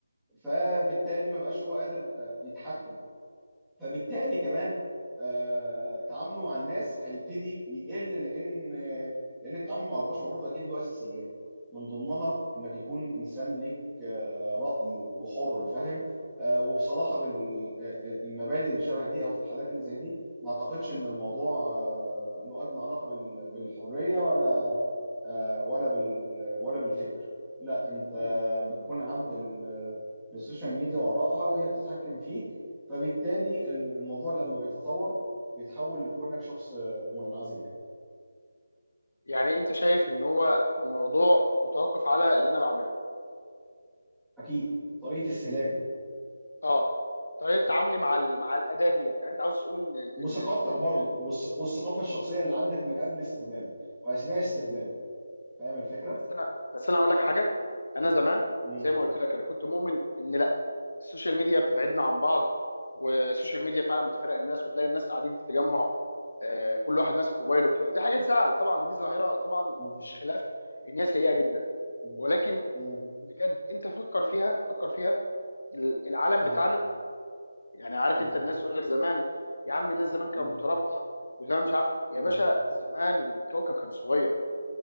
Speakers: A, in the centre; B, on the left.
A: فبالتالي ما بقاش هو قادر آه، يتحكم فبالتالي كمان آه، تعامله مع الناس هيبتدي يقل لان لان التعامل مع البشر برضه اكيد له اساسيات من ضمنها انك يكون انسان ليك آه، راي وحر فاهم آه، وبصراحه بالمبادئ اللي شبه دي او في الحالات اللي زي دي ما اعتقدش ان الموضوع آه، له ادنى علاقه بال- بالحريه ولا آه، ولا بال ولا بالفكر لا انت
B: مم.
A: بتكون عبد لل- للسوشيال ميديا وارائها وهي بتتحكم فيك فبالتالي الموضوع لما بيتطور بيتحول لكونك شخص منعزل يعني
B: يعني انت شايف ان هو الموضوع متوقف على اللي انا بعمله
A: اكيد طريقه استهلاكك
B: اه طريقه تعاملي مع ال... مع الاداه ديت يعني انت عاوز تقول ان ال-
A: وثقافتك
B: ان ال... ال...
A: برضو
B: ال-
A: والث- والثقافه الشخصيه اللي عندك من قبل استخدامك واثناء استخدامك فاهم الفكره؟
B: بس انا بس انا اقول لك حاجه انا زمان
A: مم.
B: زي ما قلت لك انا كنت مؤمن ان لا السوشيال ميديا بتبعدنا عن بعض والسوشيال ميديا فعلا بتفرق الناس وتلاقي الناس قاعدين في تجمع آه كل واحد ماسك موبايله كده ودي حاجه تزعل طبعا دي ظاهره طبعا
A: مم.
B: مفيش خلاف ان هي سيئه جدا
A: مم.
B: ولكن
A: مم.
B: بجد انت فكر فيها فكر فيها العالم
A: مم.
B: بتاعنا يعني عارف
A: مم.
B: انت الناس تقول لك زمان يا عم الناس زمان كانت
A: مم.
B: مترابطه وزمان مش عارف يا
A: مم.
B: باشا زمان الكوكب كان صغير